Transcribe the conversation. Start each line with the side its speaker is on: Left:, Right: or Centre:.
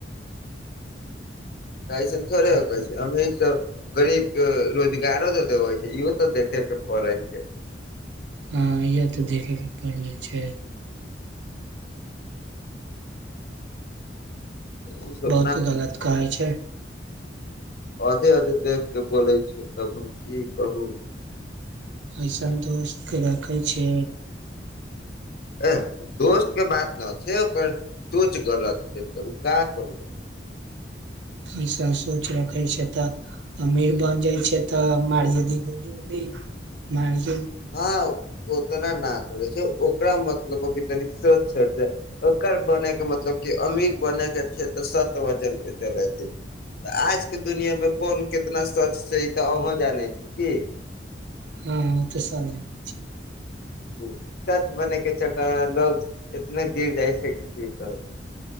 Left: एसन थोड़े होकै
Right: ह
Left: छै अमीर सब गरीब के रोजगारो तऽ देबै छै, इहो तऽ देखे के पड़ै छै।
Right: हाँ इहा ते देखे के पड़लै छै।
Left: ओ सब
Right: बहुत गलत कहै छै।
Left: आधे-आधे देख के बोलै छै, तब हम की कहू।
Right: एसन दोस्त के रखै छी।
Left: एह दोस्त के बात ना छै, ओकर सोच गलत छै तऽ उ का करू।
Right: ई सब सोच रखे छै तऽ अमीर बन जाय छै तऽ मारिये दी गोली-उली, मारी
Left: हाँ ओतना न करै छै। ओकरा मतलब अभी तनी सोच छै जे ओकर बने के मतलब कि अमीर बने के छै तऽ सत्य वचन पे चलै छै, त आज के दुनिया मे कोन कितना सच छै ई तऽ अहों जानै छी की।
Right: हाँ उ ते सब जाने छै।
Left: ह्म्म सच बने के चक्कर मे लोग इतना गिर जाय छै कि की कहु।